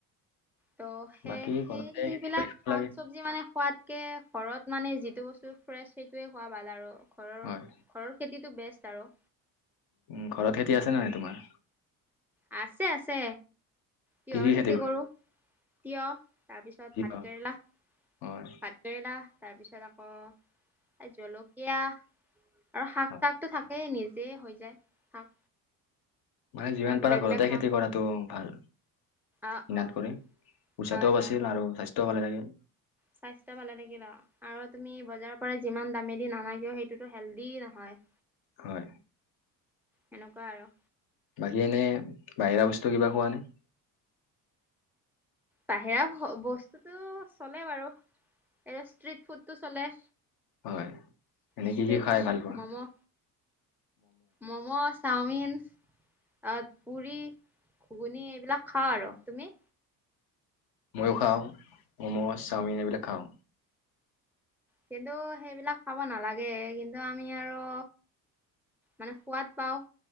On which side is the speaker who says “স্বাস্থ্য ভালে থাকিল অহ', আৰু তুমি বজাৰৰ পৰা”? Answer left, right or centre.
Centre